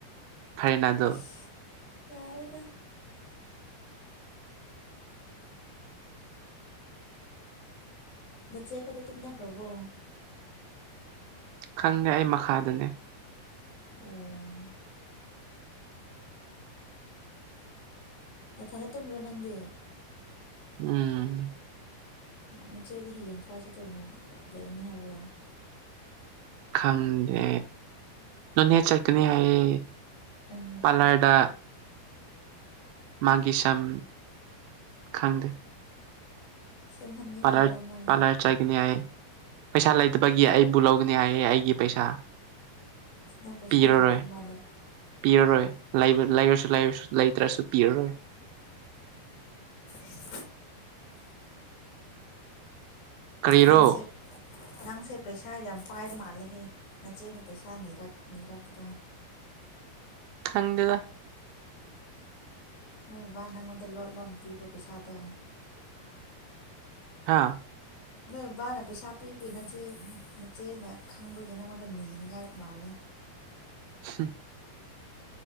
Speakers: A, on the right; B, on the left.
A: ꯐꯔꯦꯅ ꯑꯗꯨ
B: ꯏꯁ ꯌꯥꯔꯦꯗ ꯅꯆꯦ ꯈꯣꯏꯗꯤ ꯇꯨꯝꯅꯈ꯭ꯔꯕꯣ
A: ꯈꯪꯗꯦ ꯑꯩ ꯃꯈꯥꯗꯅꯦ
B: ꯑꯣ ꯅꯊꯟꯗ ꯇꯨꯝꯕ꯭ꯔ ꯅꯪꯗꯤ
A: ꯎꯝ
B: ꯑꯣ ꯅꯆꯦꯗꯤ ꯍꯌꯦꯡ ꯀꯥꯏ ꯆꯠꯇꯣꯏꯅꯣ ꯂꯩꯅꯤ ꯍꯥꯏꯕ꯭ꯔꯣ
A: ꯈꯪꯗꯦ ꯅꯣꯅꯦ ꯆꯠꯀꯅꯤ ꯍꯥꯏꯌꯦ
B: ꯑꯣ
A: ꯄꯥꯂꯔꯗ ꯃꯥꯒꯤ ꯁꯝ ꯈꯪꯗꯦ
B: ꯁꯦꯝꯍꯟꯒꯦ
A: ꯄꯥꯂꯔ
B: ꯍꯥꯏꯔꯣ ꯃꯥꯒꯤ
A: ꯄꯥꯂꯔ ꯆꯠꯒꯅꯤ ꯍꯥꯏꯌꯦ ꯄꯩꯁꯥ ꯂꯩꯇꯕꯒꯤ ꯑꯩꯕꯨ ꯂꯧꯒꯅꯤ ꯍꯥꯏꯌꯦ ꯑꯩꯒꯤ ꯄꯩꯁꯥ
B: ꯑꯁ ꯅꯪ ꯄꯩꯁꯥ
A: ꯄꯤꯔꯔꯣꯏ
B: ꯌꯥꯝ ꯂꯩ ꯃꯥꯜꯂꯦ
A: ꯄꯤꯔꯔꯣꯏ ꯂꯩꯕ ꯂꯩꯔꯁꯨ ꯂꯩꯔꯁꯨ ꯂꯩꯇ꯭ꯔꯁꯨ ꯄꯤꯔꯔꯣꯏ
B: ꯑꯁ
A: ꯀꯔꯤꯔꯣ
B: ꯅꯪꯁꯦ ꯅꯪꯁꯦ ꯄꯩꯁꯥ ꯌꯥꯝ ꯄꯥꯏ ꯃꯥꯜꯂꯦꯍꯦ ꯅꯆꯦꯅ ꯄꯩꯁꯥ ꯅꯤꯔ ꯅꯤꯔꯛꯄꯗꯣ
A: ꯈꯪꯗꯦꯗ
B: ꯅꯣꯏ ꯕꯕꯥ ꯅꯪꯉꯣꯟꯗ ꯂꯣꯠ ꯂꯣꯟꯅ ꯄꯤꯕ꯭ꯔ ꯄꯩꯁꯥꯗꯣ
A: ꯍꯥꯥ
B: ꯅꯣꯏ ꯕꯥꯅ ꯄꯩꯁꯥ ꯄꯤꯕꯒꯤ ꯅꯆꯦ ꯅꯠꯆꯦꯅ ꯈꯥꯡꯕꯒꯤ ꯅꯪꯉꯣꯟꯗ ꯅꯤꯅꯤꯡꯉꯥꯏ ꯃꯥꯜꯂꯦ
A: <unintelligible>